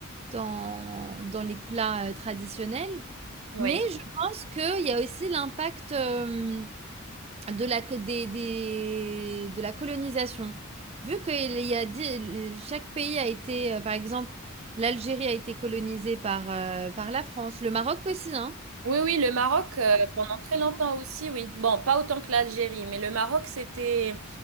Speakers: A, on the right; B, on the right.
A: dans, dans les plats euh, traditionnels.
B: oui.
A: Mais je pense qu'il y a aussi l'impact euh, de la, co- des- des- de la colonisation. Vu que il y a, di- chaque pays a été, euh, par exemple, l'Algérie a été colonisée par, euh, par la France, le Maroc aussi, hein?
B: Oui, oui, le Maroc, euh, pendant très longtemps aussi, oui. Bon, pas autant que l'Algérie, mais le Maroc, c'était